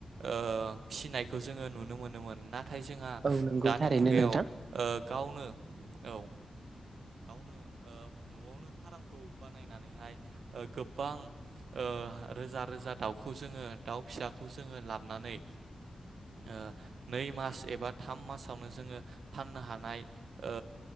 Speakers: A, on the right (about 80°); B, on the right (about 50°).
A: ओ फिसिनायखौ जोङो नुनो मोनोमोन नाथाय जों या
B: औ नंगौ
A: दानि
B: थारैनो
A: मुगायाव
B: नोंथां
A: ओ गावनो औ गावनो ओ न'आवनो फारामखौ बानायनानैहाय ओ गोबां ओ रोजा रोजा दाउखौ जोङो दाउ फिसाखौ जोङो लाबनानै ओ नै मास एबा थाम मासावनो जोङो फाननो हानाय ओ